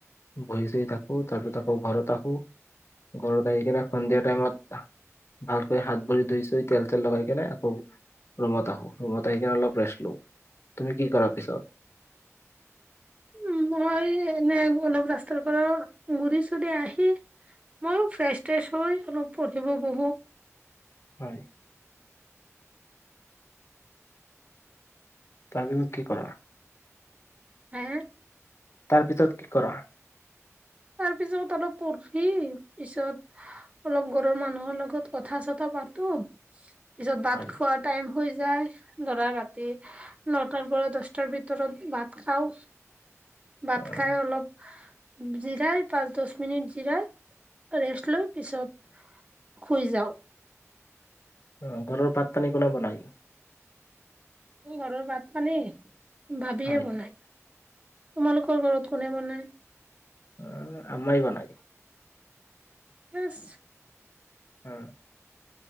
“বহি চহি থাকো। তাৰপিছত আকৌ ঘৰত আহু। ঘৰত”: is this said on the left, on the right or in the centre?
Left